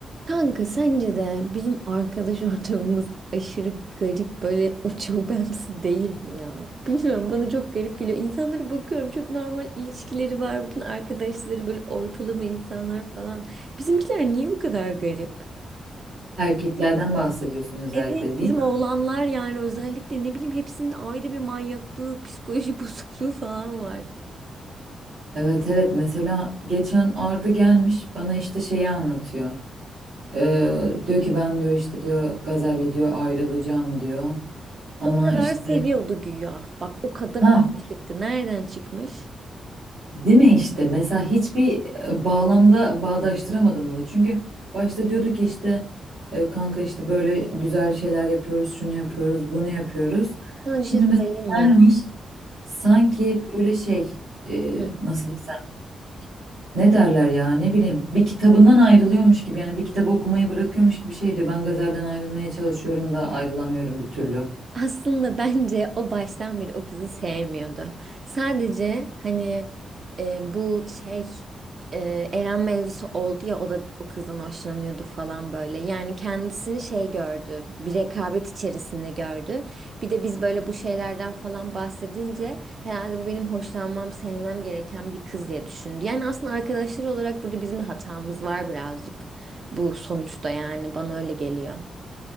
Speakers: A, on the right; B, on the right.
A: Kanka sence de bizim arkadaş <laughs> ortamımız aşırı garip böyle uçubemsi değil mi ya? Bilmiyorum bana çok garip geliyor. İnsanlara bakıyorum çok normal ilişkileri var. Bütün arkadaşları böyle ortalama insanlar falan. Bizimkiler niye bu kadar garip?
B: Erkeklerden bahsediyorsun özellikle
A: Evet
B: değil
A: bizim
B: mi?
A: oğlanlar yani özellikle ne bileyim hepsinin ayrı bir manyaklığı, psikoloji <laughs> bozukluğu falan var.
B: Evet evet mesela geçen Arda gelmiş bana işte şeyi anlatıyor. Ee, diyor ki ben diyor işte diyor Gazel'le diyor ayrılacağım diyor. Ama
A: O kadar
B: işte
A: seviyordu güya. Bak o kadar
B: ha
A: aşıktı. Nereden çıkmış?
B: değil mi işte mesela hiçbir e, bağlamda bağdaştıramadım bunu. Çünkü başta diyordu ki işte e, kanka işte böyle güzel şeyler yapıyoruz şunu yapıyoruz bunu yapıyoruz.
A: Sana
B: Şimdi
A: bir şey söyleyeyim
B: mesela
A: mi?
B: gelmiş sanki böyle şey e,
A: Hı.
B: nasıl desem Ne derler ya ne bileyim bir kitabından ayrılıyormuş gibi yani bir kitabı okumayı bırakıyormuş gibi şey diyor ben gazelden ayrılmaya çalışıyorum da ayrılamıyorum bir türlü.
A: Aslında bence o baştan beri o kızı sevmiyordu. Sadece hani e, bu şey e, Eren mevzusu oldu ya o da o kızdan hoşlanıyordu falan böyle. Yani kendisini şey gördü, bir rekabet içerisinde gördü. Bir de biz böyle bu şeylerden falan bahsedince herhalde bu benim hoşlanmam, sevmem gereken bir kız diye düşündü. Yani aslında arkadaşlar olarak burada bizim de hatamız var birazcık bu sonuçta yani bana öyle geliyor.